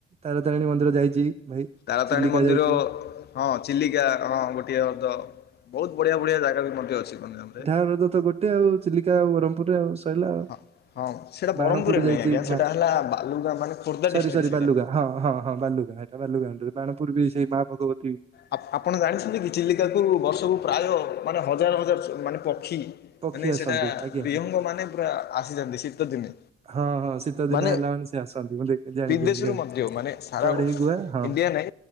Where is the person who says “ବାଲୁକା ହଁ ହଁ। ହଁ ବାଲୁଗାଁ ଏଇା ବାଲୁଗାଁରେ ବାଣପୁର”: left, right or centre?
Right